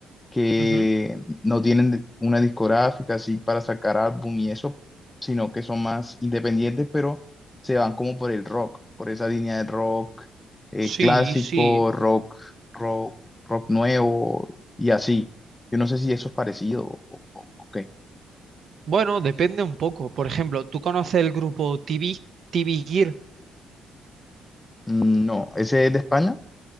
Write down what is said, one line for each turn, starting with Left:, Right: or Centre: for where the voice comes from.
Left: que
Right: Ujú.
Left: no tienen una discográfica así para sacar álbum y eso, sino que son más independientes, pero se van como por el rock, por esa línea de rock eh,
Right: Sí,
Left: clásico,
Right: sí.
Left: rock, rock, rock nuevo y así. Yo no sé si eso es parecido o, o- o qué.
Right: Bueno, depende un poco. Por ejemplo, ¿tú conoces el grupo TV, TV Gear?
Left: Mm, No, ese es de España,